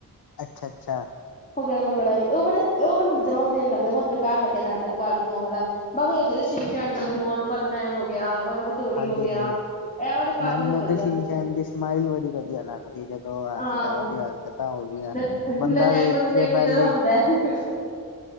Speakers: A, on the left (about 80°); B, on the left (about 20°).
A: ਅੱਛਾ ਅੱਛਾ।
B: ਫਗੜਨ ਵਗੜਾਈ ਉਹ ਮਦਾ ਉਹ ਮੈਨੂੰ ਜਮਾ ਵਧੀਆ ਲੱਗਦਾ ਬਹੁਤ ਬੇਕਾਰ ਲੱਗਿਆ ਨਾਲ ਤਾਂ ਕਾਰਟੂਨ ਉਹ ਵਾਲਾ। ਬਸ <unintelligible> ਸਿ਼ਨਚੈਨ ਡੋਰੇਮੋਨ ਪਦਮੈਨ ਹੋ ਗਿਆ ਔਰ ਹਥੋੜੀ
A: ਹਾਂਜੀ-ਹਾਂਜੀ।
B: ਹੋ ਗਿਆ। ਇਹ ਵਾਲੇ ਕਾਰਟੂਨਸ
A: ਮੈਨੂੰ
B: ਵਧੀਆ
A: ਤੇ ਸ਼ੀਨਚੈਨ
B: ਸੀ
A: ਦੀ ਸਮਾਈਲ ਬੜੀ ਵਧੀਆ ਲੱਗਦੀ ਐ ਜਦੋਂ ਆਚਦਾ
B: ਹਾਂ
A: ਉਹਦੀਆਂ ਰਕਤਾਂ ਹੋ ਗਈਆਂ
B: ਨ
A: ਬੰਦਾ
B: ਨਨੈਕੋ
A: ਵੇਖੇ
B: ਨੂੰ ਵੇਖ ਕੇ
A: ਪਹਿਲੇ
B: ਜਦੋਂ ਹੱਸਦਾ ਹੈ